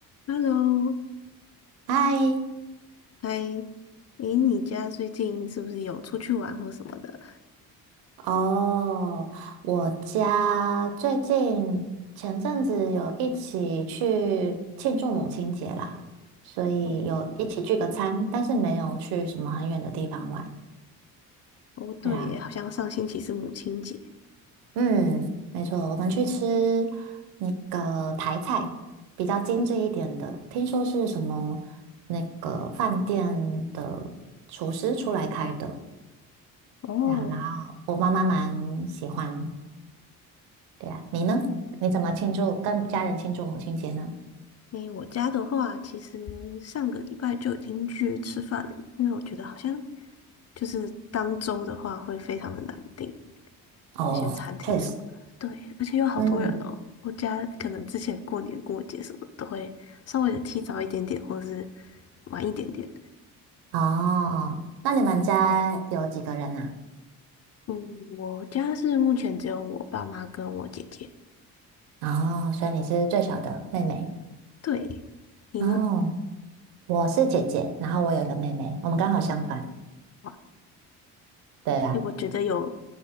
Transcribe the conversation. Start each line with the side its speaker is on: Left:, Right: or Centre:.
Left: Hello，
Right: 嗨，
Left: 嗨，诶，你家最近是不是有出去玩或什么的？
Right: 哦，我家最近前阵子有一起去庆祝母亲节啦，所以有一起聚个餐，
Left: 哦，
Right: 但是没有去什么很远的地方玩。
Left: 哦，
Right: 对啊，
Left: 对耶，好像上星期是母亲节。
Right: 嗯，没错，我们去吃那个台菜，比较精致一点的，听说是什么那个饭店的厨师出来开的，
Left: 哦，
Right: 对啊，然后我妈妈蛮喜欢，对啊，你呢？你怎么庆祝？跟家人庆祝母亲节呢？
Left: 诶，我家的话，其实上个礼拜就已经去吃饭了，因为我觉得好像就是当周的话会非常的难订
Right: 哦，
Left: 那些餐厅什么的。
Right: 确实，
Left: 对，而且有好多人哦。
Right: 嗯，
Left: 我家可能之前过年过节什么的都会稍微的提早一点点，或者是晚一点点。
Right: 哦，那你们家有几个人啊？
Left: 嗯，我家是目前只有我爸妈跟我姐姐。
Right: 哦，所以你是最小的妹妹。
Left: 对，你呢？
Right: 哦，我是姐姐，然后我有一个妹妹，我们刚好相反。
Left: 哇，
Right: 对啊，
Left: 诶，我觉得有